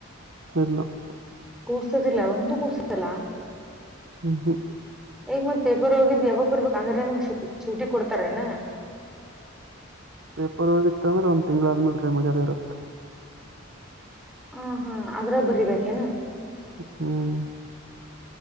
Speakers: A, on the right; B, in the centre.
A: <unintelligible>
B: ಕೂಡ್ಸುದಿಲ್ಲ ಒಂದು ಕೂಡ್ಸುದಲ್ಲಾ
A: ಹ್ಮ್ ಹ್ಮ್
B: ಈಗ ಮತ್ ಪೇಪರ್ ಹೋಗಿದ್ದ್ ಯಾವಾಗ ಬರ್ಬೇಕ್ ಅಂದ್ರೆ ನಿಮ್ಗ್ ಶೂಟಿ ಕೊಡ್ತಾರೇನಾ
A: ಪೇಪರ್ ಹೋಗಿತ್ತು ಅಂದ್ರೆಂದ ಒಂದು ತಿಂಗಳ ಆದ್ಮೇಲೆ ಡ್ರೈ ಮಾಡೋರು ರು
B: ಹಾ ಹಾ ಅದ್ರ ಬರಿಬೇಕೇನ
A: ಹ್ಮ್